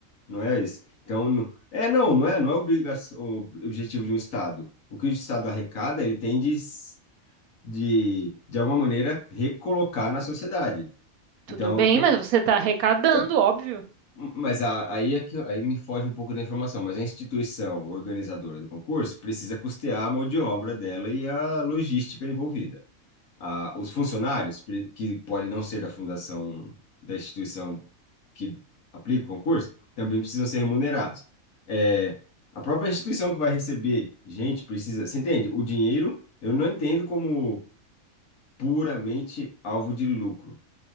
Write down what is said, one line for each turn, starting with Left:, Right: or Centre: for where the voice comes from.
Left: não é isso? Então, não- é não, não é, não é obrigação, o objetivo de um Estado. O que o Estado arrecada, ele tem de, s- de, de alguma maneira, recolocar na sociedade.
Right: Tudo
Left: Então,
Right: bem,
Left: o que
Right: mas
Left: eu,
Right: você está arrecadando,
Left: então,
Right: óbvio.
Left: mas a- aí é que aí me foge um pouco da informação, mas a instituição organizadora do concurso precisa custear a mão de obra dela e a logística envolvida. A- os funcionários, pre- que podem não ser da fundação da instituição que aplica o concurso, também precisam ser remunerados. É, a própria instituição que vai receber gente precisa. Você entende? O dinheiro eu não entendo como puramente alvo de lucro.